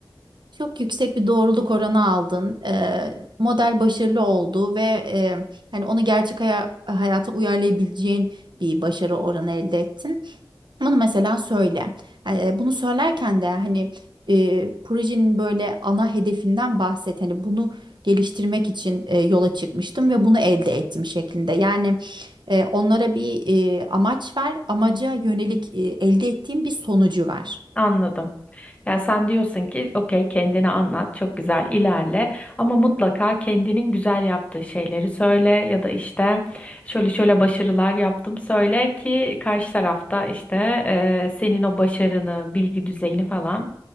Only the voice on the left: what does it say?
<laughs> Anladım. Ya sen diyorsun ki okey kendini anlat, çok güzel ilerle ama mutlaka kendinin güzel yaptığı şeyleri söyle ya da işte şöyle şöyle başarılar yaptım söyle ki karşı tarafta işte eee, senin o başarını, bilgi düzeyini falan